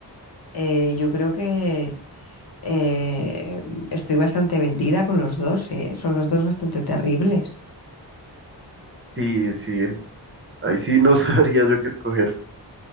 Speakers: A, on the left (about 55°); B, on the right (about 30°).
A: eh, yo creo que eh, estoy bastante vendida con los dos, ¿eh? Son los dos bastante terribles.
B: Sí, sí. Ahí sí no <laughs> sabría yo qué escoger.